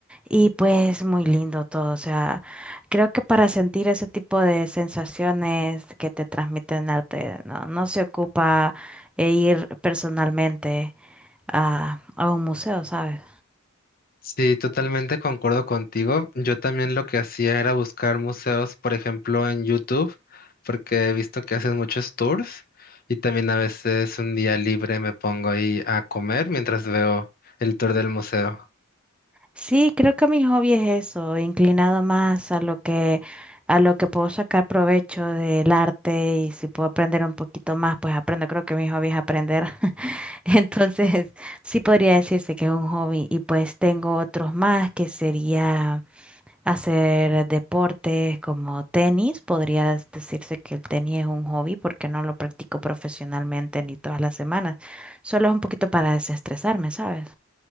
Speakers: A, in the centre; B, on the left.
A: Y pues muy lindo todo, o sea, creo que para sentir ese tipo de sensaciones que te transmiten arte, no, no se ocupa eh, ir personalmente a, a un museo, ¿sabes?
B: Sí, totalmente concuerdo contigo. Yo también lo que hacía era buscar museos, por ejemplo, en YouTube, porque he visto que hacen muchos tours y también a veces un día libre me pongo ahí a comer mientras veo el tour del museo.
A: Sí, creo que mi hobby es eso, inclinado más a lo que a lo que puedo sacar provecho del arte y si puedo aprender un poquito más, pues aprendo. Creo que mi hobby es aprender. <laughs> Entonces, sí podría decirse que es un hobby y pues tengo otros más que sería hacer deportes como tenis. Podría decirse que el tenis es un hobby porque no lo practico profesionalmente ni todas las semanas. Solo es un poquito para desestresarme, ¿sabes?